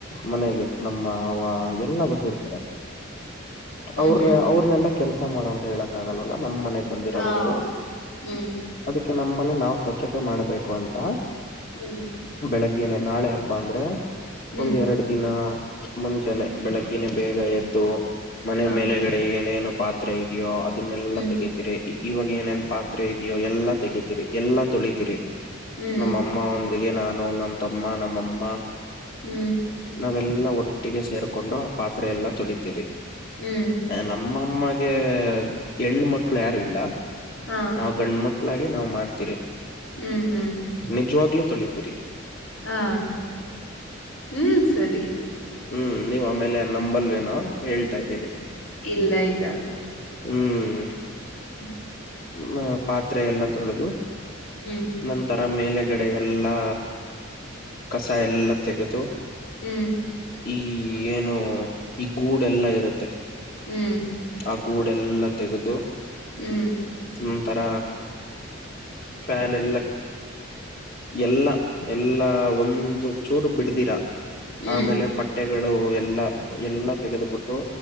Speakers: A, on the left; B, on the left.
A: ಮನೆಗೆ ನಮ್ಮ ಅವ ಎಲ್ಲಾ ಬಂದಿರ್ತಾರೆ
B: ಹ್ಮ್
A: ಅವ್ರ
B: ಹ್ಮ್
A: ಅವ್ರನೆೆಲ್ಲಾ ಕೆಲ್ಸ ಮಾಡುವ ಅಂತ ಹೇಳಕ್ ಆಗಲ್ಲಲ್ಲ ನಮಮ್ಮ ಮನೆಗ್ ಬಂದಿರೋದು
B: ಹ ಹೌದು
A: ಅವರು
B: ಹ್ಮ್
A: ಅದಕ್ಕೆ ನಮ್ಮನೆ ನಾ್ ಸ್ವಚ್ಛತೆ ಮಾಡ್ಬೇಕು ಅಂತ
B: ಹ ಹ್ಮ್
A: ಬೆಳಗ್ಗೆೇನೆ ನಾಳೆ ಹಬ್ಬ ಅಂದ್ರೆ
B: ಹ್ಮ್
A: ಒಂದ್ ಎರಡು ದಿನ ಮುಂಚೆಾನೆ
B: ಹ್ಮ್
A: ಬೆಳಗ್ಗಿನ ಬೇಗ ಎದ್ದು ಮನೆ
B: ಹ
A: ಮೇಲೆ ಏನೇನು ಪಾತ್ರೆ ಇದೆಯೋ ಅದನ್ನೆಲ್ಲಾ
B: ಹ್ಮ್
A: ತೆಗತೀರಿ ಇವಾಗ ಏನೇನ್ ಪಾತ್ರೆ ಇದೆಯೋ ಎಲ್ಲಾ ತೆಗತಿೀರಿ ಎಲ್ಲಾ ತೊಳಿತೀರಿ
B: ಹ್ಮ್
A: ನಮ್ಮ ಅಮ್ಮ ಒಂದ ಹಾಗಗೆ ನಾನು ನಮ್ ತಮ್ಮ ನಮ್ಮಮ್ಮ
B: ಹ್ಮ್
A: ನಾವೆಲ್ಲಾ ಒಟ್ಟಿಗೆ ಸೇರ್ಕೊಂಡು ಆ ಪಾತ್ರೆ ಎಲ್ಲ ತುಳಿತೀರಿ
B: ಹ್ಮ್
A: ನಮ್ಮಮ್ಮಗೆ ಹೆಣು ಮಕ್ಳು ಯಾರು ಇಲ್ಲ
B: ಹಾ
A: ನಾವ್ ಗಂಡ ಮಕ್ಳಾಗ ನಾವ್ ಮಾಡ್ತಿೀರಿ
B: ಹ್ಮ್ ಹ್ಮ್
A: ನಿಜವಾಗ್ಲೂ ತೊಳೀಿತೀರಿ
B: ಹಾ ಹ್ಮ್ ಸರಿ
A: ಹ್ಮ್ ನೀವ್ ಆಮೇಲೆ ನಂಬಲ್ವೇನೋ ಹೇಳ್ತಾ ಇದ್ದೀನಿ
B: ಇಲ್ಲ ಇಲ್ಲ
A: ಹ್ಮ್
B: ಹ
A: ಹ ಪಾತ್ರೆ ಎಲ್ಲ ತೊಳೆದು
B: ಹ್ಮ್
A: ನಂತರ ಮೇಲಗಡೆ ಎಲ್ಲಾ ಕಸ ಎಲ್ಲ ತೆಗೆದು
B: ಹ್ಮ್
A: ಈ ಏನು ಈ ಗೂಡೆಲ್ಲಾ ಇರುತ್ತೆ.
B: ಹ್ಮ್.
A: ಆ ಗೂಡೆಲ್ಲಾ ತೆಗದು.
B: ಹ್ಮ್.
A: ಒಂತರ ಫ್ಯಾನ್ ಎಲ್ಲ ಎಲ್ಲ ಎಲ್ಲ ಒಂದು ಚೂರು ಬಿಡ್ದಿರಾ.
B: ಹ್ಮ್
A: ಆಮೇಲೆ ಬಟ್ಟೆಗಳು ಎಲ್ಲಾ ಎಲ್ಲಾ ತೆಗೆದುಬಿಟ್ಟು